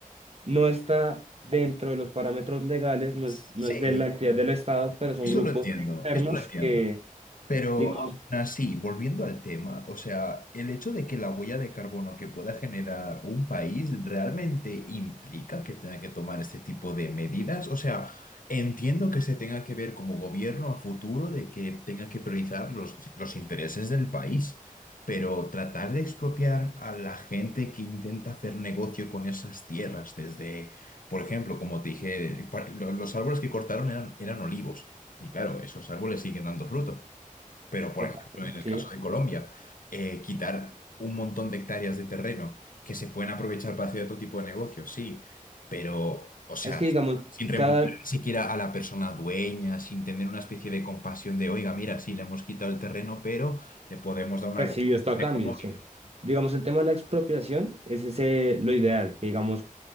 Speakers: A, on the right; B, on the left.
A: no está dentro de los parámetros legales, no
B: Sí,
A: es, no es de la actividad del Estado, pero son
B: eso
A: grupos
B: lo entiendo,
A: externos
B: eso lo entiendo.
A: que,
B: Pero
A: digamos,
B: aún así, volviendo al tema, o sea, el hecho de que la huella de carbono que pueda generar un país realmente implica que tenga que tomar este tipo de medidas. O sea, entiendo que se tenga que ver como gobierno a futuro de que tenga que priorizar los, los intereses del país, pero tratar de expropiar a la gente que intenta hacer negocio con esas tierras, desde, por ejemplo, como te dije, pa- lo- los árboles que cortaron eran, eran olivos. Y claro, esos árboles siguen dando fruto. Pero, por
A: exacto,
B: ejemplo, en el
A: sí.
B: caso de Colombia, eh, quitar un montón de hectáreas de terreno que se pueden aprovechar para hacer otro tipo de negocios, sí, pero, o sea,
A: Es que, digamos,
B: sin remunerar
A: cada
B: ni siquiera a la persona dueña, sin tener una especie de compasión de, oiga, mira, sí, le hemos quitado el terreno, pero le podemos dar una
A: recibió
B: compensación
A: esto a cambio,
B: económica.
A: sí. Digamos, el tema de la expropiación es ese lo ideal, que digamos,